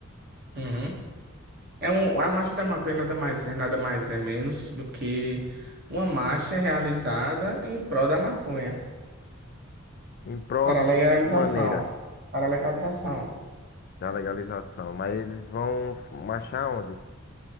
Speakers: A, on the right (about 50°); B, on the left (about 45°).
A: Uhum. É um, a marcha da maconha nada mais é, nada mais é menos do que uma marcha realizada em prol da maconha.
B: em prol
A: Para
B: de
A: a legalização.
B: que maneira?
A: Para a legalização.
B: Da legalização. Mas eles vão marchar onde?